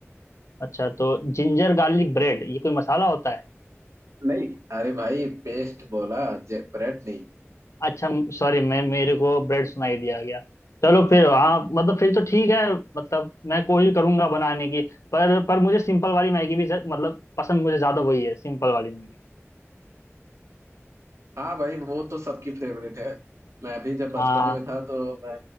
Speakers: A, on the left; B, on the right.
A: अच्छा तो जिंजर गार्लिक ब्रेड ये कोई मसाला होता है
B: नहीं अरे भाई पेस्ट बोला जे- ब्रेड नहीं
A: अच्छा सॉरी मैं मेरे को ब्रेड सुनाई दिया गया चलो फिर हाँ मतलब फिर तो ठीक है मतलब मैं कोशिश करूंगा बनाने की पर पर मुझे सिंपल वाली मैगी भी ज- मतलब पसंद मुझे ज्यादा वही है सिंपल वाली मैगी
B: हाँ भाई वो तो सबकी फेवरेट है मैं भी जब बचपन
A: हाँ
B: में था तो मैं